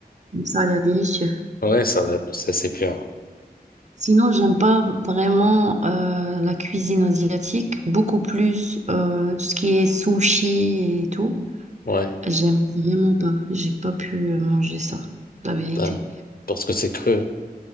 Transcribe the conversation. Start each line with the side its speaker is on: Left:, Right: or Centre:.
Right: Hmm, ça a l'air délicieux.
Left: Ouais, ça, dépend, ça c'est bien.
Right: Sinon, j'aime pas vraiment euh, la cuisine asiatique, beaucoup plus euh, tout ce qui est sushi et tout.
Left: Ouais,
Right: J'aime vraiment pas. J'ai pas pu manger ça, la vérité.
Left: putain. parce que c'est cru.